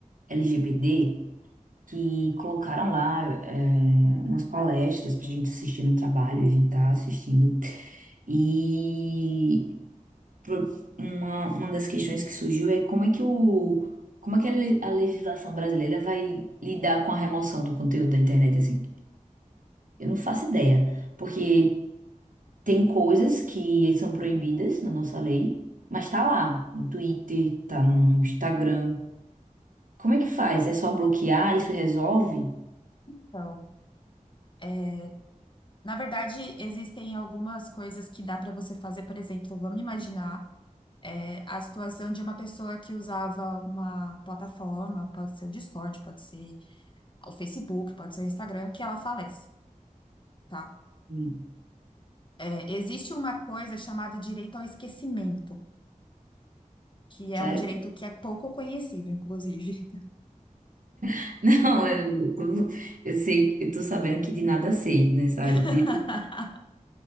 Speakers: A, on the right; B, on the left.
A: LGBT que colocaram lá é, umas palestras pra gente assistir no trabalho, a gente tá assistindo. E pro- uma, uma das questões que surgiu é como é que o, como é que a le- a legislação brasileira vai lidar com a remoção do conteúdo da internet, assim? Eu não faço ideia, porque tem coisas que são proibidas na nossa lei, mas tá lá, no Twitter, tá no Instagram. Como é que faz? É só bloquear? Isso resolve?
B: Então, é, na verdade, existem algumas coisas que dá para você fazer. Por exemplo, vamos imaginar, é, a situação de uma pessoa que usava uma plataforma, pode ser o Discord, pode ser o Facebook, pode ser o Instagram, que ela falece, tá?
A: Hum,
B: É, existe uma coisa chamada direito ao esquecimento, que é
A: sério?
B: um direito que é pouco conhecido, inclusive.
A: <laughs> Não, eu, eu eu sei, eu tô sabendo que de nada sei nessa
B: <laughs>
A: área. De,